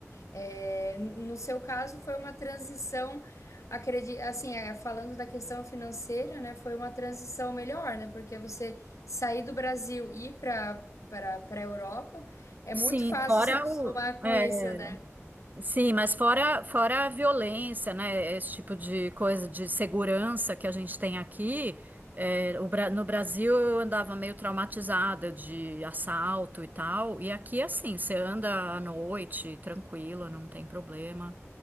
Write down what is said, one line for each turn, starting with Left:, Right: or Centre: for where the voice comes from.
Left: É, no seu caso, foi uma transição, acredito, assim, é, falando da questão financeira, né, foi uma transição melhor, né, porque você sair do Brasil e ir para para para a Europa é
Right: Sim,
Left: muito fácil
Right: fora
Left: se acostumar
Right: o,
Left: com
Right: é,
Left: isso, né?
Right: Sim, mas fora, fora a violência, né? Esse tipo de coisa de segurança que a gente tem aqui. é, o Bra- no Brasil eu andava meio traumatizada de assalto e tal. E aqui, é assim, você anda à noite, tranquila, não tem problema.